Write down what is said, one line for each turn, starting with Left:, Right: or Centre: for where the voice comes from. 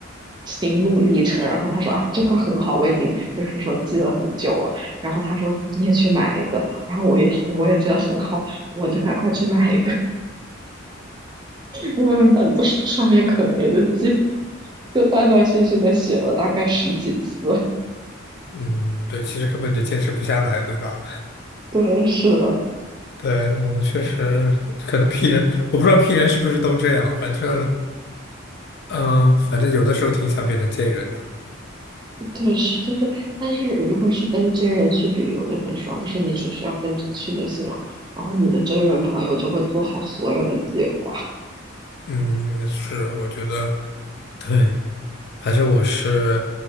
Right: 心路历程。然后他说啊，这个很好，我已经就是说记了很久了。然后他说你也去买一个，然后我一听我也觉得很好，我就赶快去买一个。那本本子上面可能也就记就断断续续的写了大概十几次。
Left: 嗯，对，其实根本就坚持不下来，对吧？
Right: 对，是的，
Left: 对，我们确实可能 P 人，我不知道 P 人是不是都这样，反正，嗯、反正有的时候挺想变成 J 人的，
Right: 对，是就是，但是如果是跟真人去旅游就很爽，就是你只需要跟着去就行了，然后你的真人朋友就会做好所有的计划。
Left: 嗯，是，我觉得，对，反正我是，